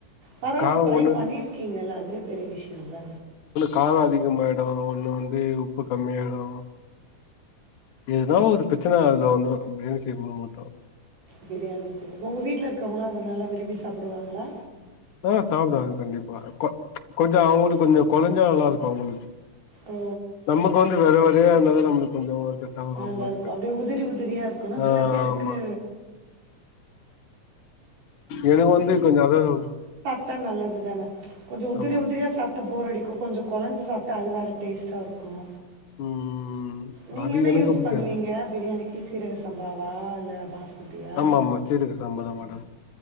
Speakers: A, on the right; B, on the left.
A: பரவால்ல
B: காரோ
A: ட்ரை
B: ஒண்ணு
A: பண்ணிருக்கீங்கல்ல அதுவே பெரிய விஷ்யோல்ல
B: காலோ அதிகமாகாயிடு ஒன்னு வந்து உப்பு கம்மியாயிடு எதுனா ஒரு ப்ரச்சன அதுல வந்துரு அ ப்ரியாணி செய்போது மட்டு
A: ப்ரியாணி சரி உங்க வீட்ல இருக்கவங்களா அத நல்லா விரும்பி சாப்புடுவாங்களா
B: ஆ சாப்புடுவாங்க கண்டிப்பா கொ கொஞ்சோ அவுங்களுக்கு கொஞ்சோ கொலஞ்சா நல்லா இருக்கு அவுங்களுக்கு
A: ஓ
B: நமக்கு வந்து வெற வெறையா இருந்தா தா நம்மளுக்கு கொஞ்சோ செட் ஆகு சாப்ட
A: நல்லா இருக்கு அப்டியே உதுரி உதுரியா இருக்குனு
B: ஆ
A: சில பேருக்கு
B: ஆமா எனக்கு வந்து கொஞ்சோ அதா சொ
A: தா நல்லது தான கொஞ்சோ உதுரி
B: ஆமா
A: உதுரியா சாப்ட்டு போறடி கொஞ்சம் கொலைஞ்சி சாப்பிட்டா அது வேற டேஸ்ட்டா இருக்கும்
B: ம்
A: நீங்க
B: அது
A: என்ன
B: எனக்கு
A: யூஸ்
B: புடிக்காது
A: பண்ணுவீங்க பிரியாணிக்கு சீரக சம்பாவா பாஸ்மதியா
B: ஆமா ஆமா சீரா சக சமதான் மேடம்